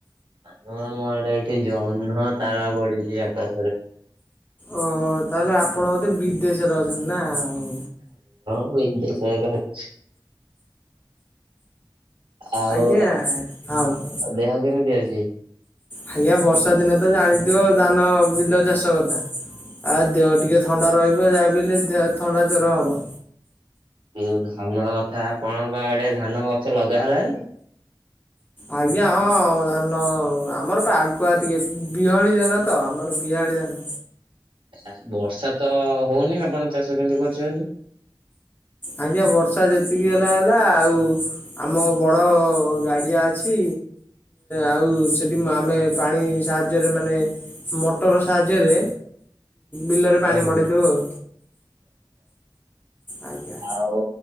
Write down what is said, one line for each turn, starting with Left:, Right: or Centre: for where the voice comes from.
Right: ନୁଅମ ଆମ ଆଡେ ଏଠି ଜହ୍ନ ତାରା ପଡିଛି ଆକାଶରେ।
Left: ଓ ହୋ ତାହେଲେ ଆପଣ ମୋଧେ ବିଦେଶରେ ଅଛନ୍ତି ନା ହଉ।
Right: ତୁ ଏମିତି। <unintelligible> ଆଉ
Left: ଆଜ୍ଞା ହଉ ହଉ।
Right: ଅ ଦେହ କେମିତି ଅଛି?
Left: ଆଜ୍ଞା ବର୍ଷା ଦିନେ ତ ଜାଣିଥିବ, ଧାନ ବିଲ ଚାଷ କଥା। ଆଉ ଦେହ ଟିକେ ଥଣ୍ଡା ରହିବ। ଯାହାବି ହେଲେ ଦେହ ଥଣ୍ଡା ଜର ହବ।
Right: ଏଇ ଧାନ କଥା! ଆପଣଙ୍କ ଆଡେ ଧାନ ଗଛ ଲଗା ହେଲାଣି?
Left: ଆଜ୍ଞା! ହଁ, ଧାନ ଆମର ପା ଆଗୁଆ ଟିକେ ବିହଳି ଧାନ ତ ଆମର ବିହା ଆଳି ଧାନ।
Right: ଆ ବର୍ଷା ତ ହଉନି ଆପଣ ଚାଷ କେମିତି କରୁଚନ୍ତି?
Left: ଆଜ୍ଞା, ବର୍ଷା ଯେତିକି ହେଲା ହେଲା ଆଉ ଆମ ବଡ଼-ଅ ଗାଡ଼ିଆ ଅଛି। ଆଉ ସେଠି ଆମେ ପାଣି ସାହାଯ୍ୟରେ ମାନେ ମଟର ସାହାଯ୍ୟରେ ବିଲରେ ପାଣି
Right: ଓହୋ।
Left: ମଡ଼େଇଦଉ ଆଉ। ଆଜ୍ଞା
Right: ଆଉ